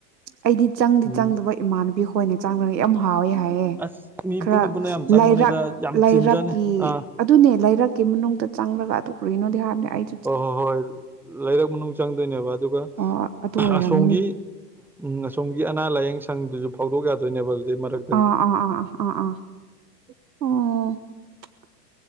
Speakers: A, on the right; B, in the centre.
A: ꯑꯩꯗꯤ ꯆꯪꯗꯤ
B: ꯎꯝ
A: ꯆꯪꯗꯕꯩ ꯏꯃꯥꯟꯅꯕꯤ ꯈꯣꯏꯅ ꯆꯪꯔꯒ ꯌꯥꯝ ꯍꯥꯎꯋꯦ ꯍꯥꯏ ꯑꯦ
B: ꯑꯁ ꯃꯤ
A: ꯈꯔ
B: ꯄꯨꯟꯅ ꯄꯨꯟꯅ ꯌꯥꯝ ꯆꯪꯕꯅꯤꯗ
A: ꯂꯩꯔꯛ
B: ꯌꯥꯝ
A: ꯂꯩꯔꯛꯀꯤ
B: ꯆꯤꯟꯖꯅꯤ ꯑꯥ
A: ꯑꯗꯨꯅꯦ ꯂꯩꯔꯛꯀꯤ ꯃꯅꯨꯡꯗ ꯆꯪꯔꯒ ꯑꯗꯨ ꯀꯔꯤꯅꯣꯗꯤ ꯍꯥꯏꯕꯅꯦ ꯑꯩ
B: ꯍꯣ ꯍꯣꯏ ꯍꯣꯏ ꯂꯩꯔꯛ ꯃꯅꯨꯡ ꯆꯪꯗꯣꯏꯅꯦꯕ ꯑꯗꯨꯒ
A: ꯑꯣ ꯑꯗꯨ ꯑꯣꯏꯔꯝꯅꯤ
B: ꯑꯁꯣꯝꯒꯤ ꯎꯝ ꯑꯁꯣꯝꯒꯤ ꯑꯅꯥ ꯂꯥꯏꯌꯦꯡ ꯁꯪꯗꯨꯁꯨ ꯐꯥꯎꯗꯣꯛ ꯌꯥꯗꯣꯏꯅꯦꯕ ꯑꯗꯨꯗꯩ ꯃꯔꯛ
A: ꯑꯥ ꯑꯥ ꯑꯥ ꯑꯥ ꯑꯥ ꯑꯥ ꯑꯣ